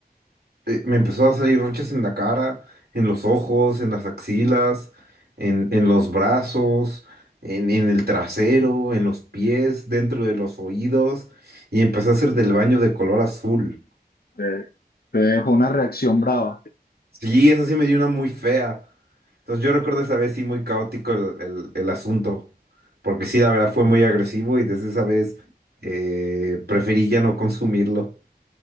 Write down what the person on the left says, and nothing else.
Te, te dejo una reacción brava.